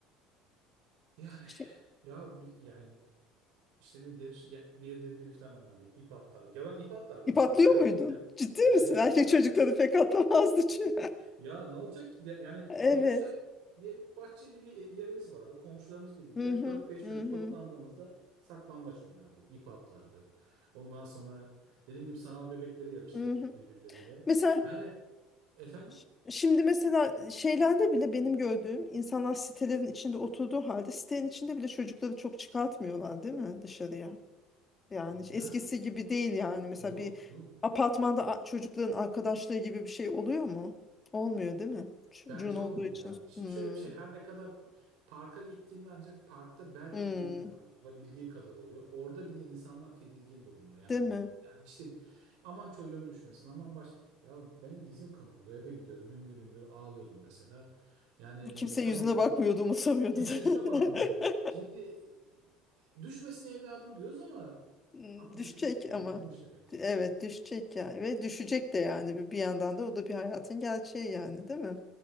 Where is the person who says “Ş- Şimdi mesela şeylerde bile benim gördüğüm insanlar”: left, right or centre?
Left